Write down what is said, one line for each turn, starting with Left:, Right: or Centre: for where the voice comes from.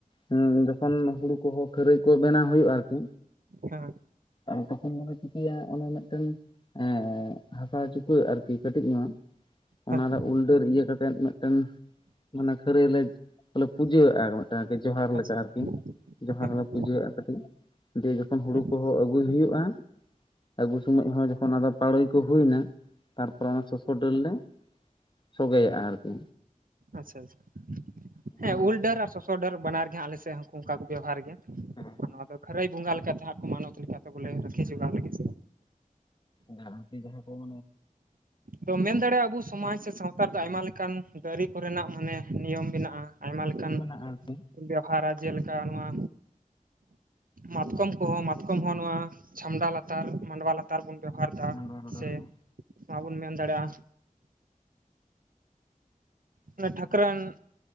Left: ᱦᱮᱸ ᱡᱚᱠᱷᱚᱱ ᱦᱩᱲᱩ ᱠᱚᱦᱚᱸ ᱠᱷᱟᱹᱨᱟᱹᱭ ᱠᱚ ᱵᱮᱱᱟᱣ ᱦᱩᱭᱩᱜᱼᱟ ᱟᱨᱠᱤ᱾
Right: ᱦᱮᱸ
Left: ᱟᱨ ᱛᱚᱠᱷᱚᱱ ᱫᱚᱞᱮ ᱪᱤᱠᱟᱹᱭᱟ ᱚᱱᱟ ᱢᱮᱜᱴᱮᱱ ᱮᱸ ᱦᱟᱥᱟ ᱪᱩᱠᱟᱹᱜ ᱟᱨᱠᱤ ᱠᱟᱹᱴᱤᱡ ᱧᱚᱜ ᱚᱱᱟᱨᱮ
Right: ᱦᱮᱸ ᱦᱮᱸ
Left: ᱩᱞᱰᱟᱹᱨ ᱤᱭᱟᱹ ᱠᱟ ᱠᱟᱛᱮᱫ ᱢᱤᱫ ᱢᱤᱫᱴᱮᱱ ᱢᱟᱱᱮ ᱠᱷᱟᱹᱨᱟᱹᱭ ᱞᱮ ᱯᱩᱡᱟᱹᱣᱟᱜᱼᱟ᱾ ᱡᱟᱜᱤ ᱡᱚᱦᱟᱨ
Right: ᱟᱪᱪᱷᱟ
Left: ᱞᱮᱠᱟ
Right: ᱟᱪᱪᱷᱟ
Left: ᱟᱨᱠᱤ ᱡᱚᱦᱟᱨ
Right: ᱦᱮᱸ ᱦᱮᱸ
Left: ᱞᱮ ᱯᱩᱡᱟᱹᱣᱟᱜᱼᱟ ᱠᱟᱹᱴᱤᱡ ᱡᱮ ᱦᱩᱲᱩ
Right: ᱦᱮᱸ
Left: ᱠᱚᱦᱚᱸ ᱟᱹᱜᱩᱭ ᱦᱩᱭᱩᱜᱼᱟ, ᱟᱹᱜᱩ ᱥᱚᱢᱚᱭ ᱦᱚᱸ ᱡᱚᱠᱷᱚᱱ ᱟᱫᱚ ᱯᱟᱲᱳᱭ ᱠᱚ ᱦᱩᱭ ᱱᱟ᱾ ᱛᱟᱨᱯᱚᱨᱮ ᱚᱱᱟ ᱥᱚᱥᱚ ᱰᱟᱹᱨ ᱞᱮ ᱥᱚᱜᱮᱭᱟᱼᱟ ᱟᱨᱠᱤ
Right: ᱟᱪᱪᱷᱟ ᱟᱪᱪᱷᱟ ᱦᱮᱸ
Left: ᱚᱱᱟ
Right: ᱩᱞ ᱰᱟᱹᱨ ᱟᱨ ᱥᱚᱥᱚ ᱰᱟᱹᱨ ᱵᱟᱱᱟᱨ ᱜᱮ ᱦᱟᱜ ᱟᱞᱮ ᱥᱮᱫ ᱦᱚᱸ ᱚᱱᱠᱟ ᱠᱚ ᱵᱮᱵᱚᱦᱟᱨ ᱜᱮᱭᱟ
Left: ᱦᱮᱸ
Right: ᱛᱚ ᱠᱷᱟᱹᱨᱟᱹᱭ ᱵᱚᱸᱜᱟ ᱞᱮᱠᱟᱛᱮ ᱦᱟᱜ ᱠᱚ ᱢᱟᱱᱚᱛ ᱞᱮᱠᱟ ᱞᱮᱠᱟᱛᱮ ᱵᱚᱞᱮ ᱨᱟᱹᱠᱷᱤ ᱡᱚᱜᱟᱣ ᱞᱟᱹᱜᱤᱫ
Left: ᱡᱟᱦᱟᱱ ᱠᱤ ᱢᱟᱦᱟᱸ ᱠᱚᱢ
Right: ᱟᱫᱚ ᱢᱮᱱ ᱫᱟᱲᱮᱭᱟᱜᱼᱟ ᱟᱵᱚ ᱥᱚᱢᱟᱡᱽ ᱥᱮ ᱥᱟᱶᱛᱟ ᱫᱚ ᱟᱭᱢᱟ ᱞᱮᱠᱟᱱ ᱫᱟᱨᱤ ᱠᱚ ᱨᱮᱱᱟᱜ ᱢᱟᱱᱮ ᱱᱤᱭᱚᱢ ᱢᱮᱱᱟᱜᱼᱟ ᱟᱭᱢᱟ ᱞᱮᱠᱟᱱ
Left: ᱢᱮᱱᱟᱜᱼᱟ ᱟᱨᱠᱤ
Right: ᱵᱮᱣᱦᱟᱨᱟ ᱡᱮᱞᱮᱠᱟ ᱱᱚᱣᱟ ᱢᱟᱛᱠᱚᱢ ᱠᱚᱦᱚᱸ ᱢᱟᱛᱠᱚᱢ ᱦᱚᱸ ᱱᱚᱣᱟ ᱪᱷᱟᱢᱰᱟ ᱞᱟᱛᱟᱨ ᱢᱟᱰᱣᱟ ᱞᱟ ᱛᱟᱨ ᱵᱚᱱ ᱵᱮᱣᱦᱟᱨ ᱫᱟ
Left: ᱢᱟᱰᱣᱟ ᱨᱮᱫᱚ
Right: ᱥᱮ
Left: ᱟᱨᱠᱤ
Right: ᱱᱚᱣᱟ ᱵᱚᱱ ᱢᱮᱱ ᱫᱟᱲᱮᱭᱟᱜᱼᱟ ᱚᱱᱟ ᱴᱷᱟᱹᱠᱨᱟᱱ